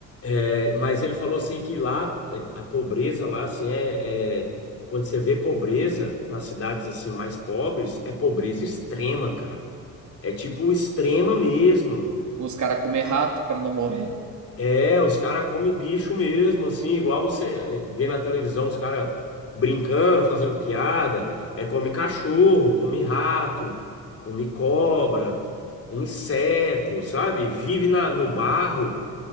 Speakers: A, on the left; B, on the right.
A: é, mas ele falou assim que lá, é, a pobreza lá, assim, é, é- Quando você vê pobreza nas cidades assim mais pobres, é pobreza extrema, cara. É tipo extrema mesmo.
B: Os caras comem rato pra não morrer.
A: É, os caras comem bicho mesmo, assim, igual você vê na televisão os caras brincando, fazendo piada. É, come cachorro, come rato, come cobra, inseto, sabe? Vive na, no barro.